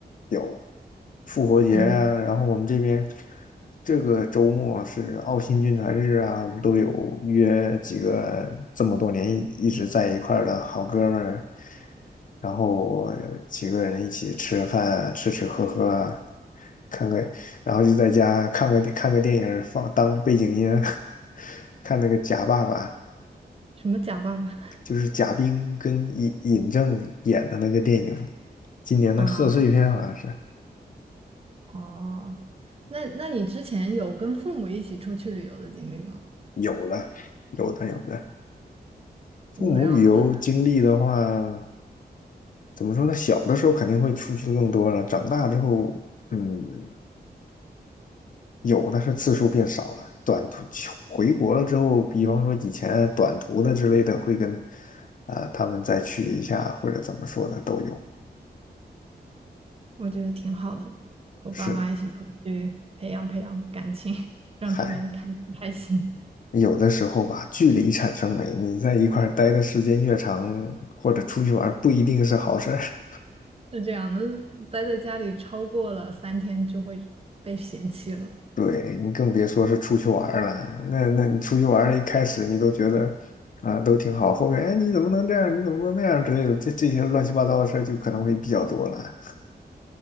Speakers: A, on the left (about 50°); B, on the right (about 35°).
A: 有。复活节啊，
B: 嗯。
A: 然后我们这边这个周末是澳新军团日啊，我们都有约几个这么多年一直在一块儿的好哥们儿，然后几个人一起吃饭啊吃吃喝喝啊看个，然后就在家看个看个电影儿放当背景音啊，<laughs> 看那个《假爸爸》。
B: 什么假爸爸
A: 就是贾冰跟尹尹正演的那个电影，今年的贺岁片好像是
B: <laughs> 啊？哦，那那你之前有跟父母一起出去旅游的经历吗？
A: 有的，有的，有的。父母旅游经历的话，
B: 没有啊，
A: 怎么说呢？小的时候肯定会出去的更多了，长大之后，嗯，有的是次数变少了。短途回国了之后，比方说以前短途的之类的，会跟啊、呃他们再去一下，或者怎么说呢，都有。
B: 我觉得挺好的，和爸妈一起出去培养培养感情，
A: 是，
B: <laughs> 让他们开开心。
A: 嗨。有的时候吧，距离产生美。你在一块儿待的时间越长，或者出去玩儿不一定是好事儿。<laughs>
B: 是这样的，待在家里超过了三天就会被嫌弃了。
A: 对，你更别说是出去玩儿了。那那你出去玩儿一开始你都觉得啊都挺好，后面哎你怎么能这样？你怎么能那样之类的，这这些乱七八糟的事儿就可能会比较多了，